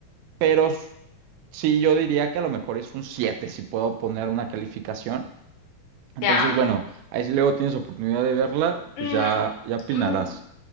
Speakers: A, on the right (about 85°); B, on the left (about 75°).
A: pero s- sí yo diría que a lo mejor es un 7 si puedo poner una calificación. Entonces,
B: ya.
A: bueno, ahí si luego tienes oportunidad de verla,
B: Mm,
A: pues ya, ya opinarás.
B: mm,